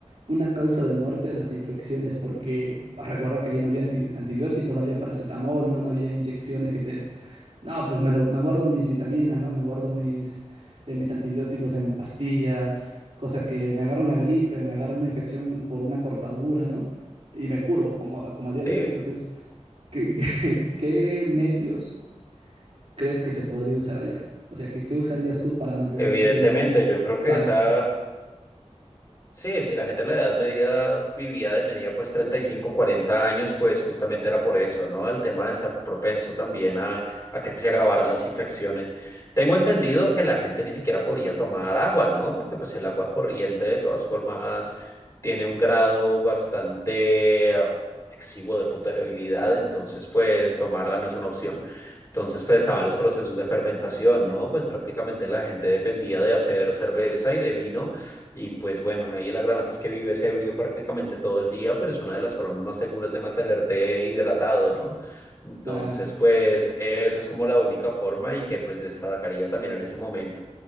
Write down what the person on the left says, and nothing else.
Eh,
evidentemente,
yo creo
que esa Sí, si la gente de la edad media vivía de media pues 35, 40 años, pues justamente era por eso, ¿no? El tema de estar propenso también a, a que se agravaran las infecciones. Tengo entendido que la gente ni siquiera podía tomar agua, ¿no? Porque pues el agua corriente de todas formas tiene un grado bastante eh, exiguo de potabilidad, entonces pues tomarla no es una opción. Entonces pues estaban los procesos de fermentación, ¿no? Pues prácticamente la gente dependía de hacer cerveza y de vino y pues bueno, ahí el agravante es que vives ebrio prácticamente todo el día, pero es una de las formas más seguras de mantenerte hidratado, ¿no? Entonces,
pues esa es como la única forma y que pues destacaría también en ese momento.